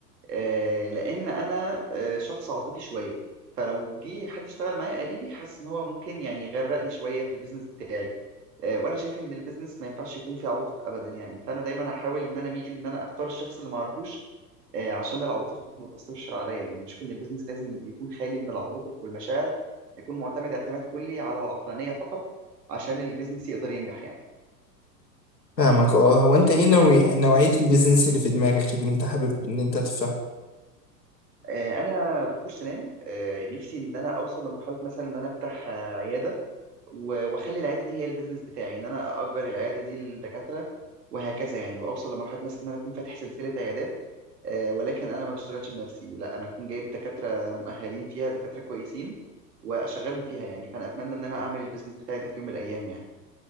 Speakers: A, on the right (about 70°); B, on the left (about 85°).
A: آه، لان انا آه، شخص عاطفي شويه فلو جه حد اشتغل معايا قريبي حاسس ان هو ممكن يعني يغرقني شويه في البيزنس بتاعي آه، وانا شايف ان البيزنس ما ينفعش يكون فيه عواطف ابدا يعني فانا دايما هحاول ان انا اميل ان انا اختار الشخص اللي ما اعرفوش آه، عشان العواطف ما تاثرش عليا يعني بشوف ان البيزنس لازم يكون خالي من العواطف والمشاعر يكون معتمد اعتماد كلي على العقلانيه فقط عشان البيزنس يقدر ينجح يعني
B: فاهمك اه هو انت ايه نوعي... نوعية البيزنس اللي في دماغك اللي انت حابب ان انت تفهم
A: آه، انا دكتور سنان آه، نفسي ان انا اوصل لمرحله مثلا ان انا افتح آه، عياده و- واخلي العياده دي هي البيزنس بتاعي ان انا اجر العياده دي للدكاتره وهكذا يعني واوصل لمرحله مثلا ان انا اكون فاتح سلسله عيادات آه، ولكن انا ما بشتغلش بنفسي لا انا اكون جايب دكاتره مؤهلين فيها دكاتره كويسين واشغلهم فيها يعني فانا اتمنى ان انا اعمل البيزنس بتاعي ده في يوم من الايام يعني